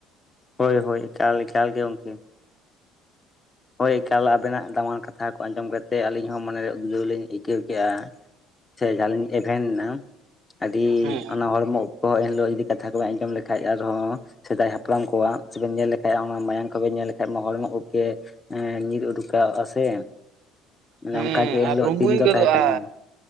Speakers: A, on the left (about 25°); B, on the right (about 70°).
A: ᱦᱳᱭ ᱦᱳᱭ, ᱮᱠᱟᱞ ᱮᱠᱟᱞ ᱜᱮ ᱜᱚᱝᱠᱮ ᱾ ᱦᱳᱭ ᱮᱠᱟᱞ ᱟᱵᱮᱱᱟᱜ ᱫᱟᱢᱟᱱ ᱠᱟᱛᱷᱟ ᱠᱚ ᱟᱸᱡᱚᱢ ᱠᱟᱛᱮ ᱟᱹᱞᱤᱧ ᱦᱚᱸ ᱢᱚᱱᱮᱨᱮ ᱩᱫᱽᱜᱟᱹᱣ ᱞᱤᱧ ᱟᱹᱭᱠᱟᱹᱣ ᱠᱮᱜᱼᱟ᱾ ᱥᱮ ᱡᱟᱦᱟᱸᱞᱤᱧ ᱮᱵᱷᱮᱱ ᱮᱱᱟ, ᱟᱹᱰᱤ
B: ᱦᱮᱸ
A: ᱚᱱᱟ ᱦᱚᱲᱢᱚ ᱵᱚᱦᱚᱜ ᱮᱱ ᱦᱤᱞᱳᱜ ᱡᱩᱫᱤ ᱠᱟᱛᱷᱟ ᱠᱚ ᱵᱟ ᱟᱸᱡᱚᱢ ᱞᱮᱠᱷᱟᱡ ᱟᱨᱦᱚᱸ ᱥᱮᱫᱟᱭ ᱦᱟᱯᱲᱟᱢ ᱠᱚᱣᱟᱜ ᱥᱮᱵᱮᱱ ᱧᱮᱞ ᱞᱮᱠᱷᱟᱡ, ᱚᱱᱟ ᱢᱟᱭᱟᱢ ᱠᱚᱵᱮᱱ ᱧᱮᱞ ᱞᱮᱠᱷᱟᱡ ᱢᱟ ᱦᱚᱲᱢᱚ ᱩᱵᱠᱮ ᱦᱮᱸ, ᱧᱤᱨ ᱩᱰᱩ ᱠᱟᱜᱼᱟ ᱥᱮ ᱢᱟᱱᱮ
B: ᱦᱮᱸ
A: ᱚᱱᱠᱟ ᱜᱮ ᱮᱱᱦᱤᱞᱳᱜ
B: ᱟᱨ ᱨᱩᱢᱩᱭ
A: ᱫᱤᱱ ᱫᱚ
B: ᱜᱚᱫᱚᱜᱼᱟ
A: ᱛᱟᱦᱮᱸ ᱠᱟᱱᱟ ᱾